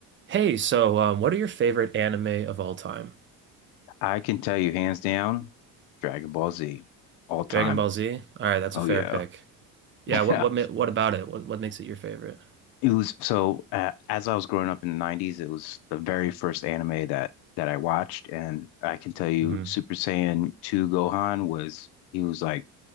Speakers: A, on the right; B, on the left.
A: Hey, so um, what are your favorite anime of all time?
B: I can tell you hands down, Dragon Ball Z, all time.
A: Dragon Ball Z? All right, that's
B: Oh
A: a fair
B: yeah.
A: pick.
B: <laughs>
A: Yeah, what
B: Yeah.
A: what ma- what about it? What what makes it your favorite?
B: It was so uh, as I was growing up in the 90s, it was the very first anime that that I watched and I can tell you
A: hmm
B: Super Saiyan 2 Gohan was he was like,